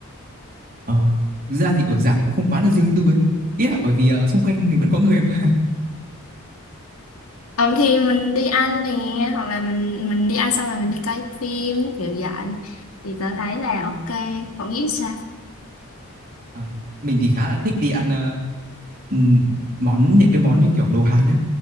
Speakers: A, on the right; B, on the left.
A: ờ thực ra thì ở rạp cũng không quá là riêng tư ấy ý là bởi vì ờ, xung quanh mình vẫn có người mà
B: Ờ, thì mình đi ăn nè hoặc là mình mình đi ăn xong rồi mình đi coi phim kiểu vậy thì tớ thấy là ok cậu nghĩ sao
A: Ờ, mình thì khá là thích đi ăn ờ, ừ, món những cái món như kiểu đồ Hàn á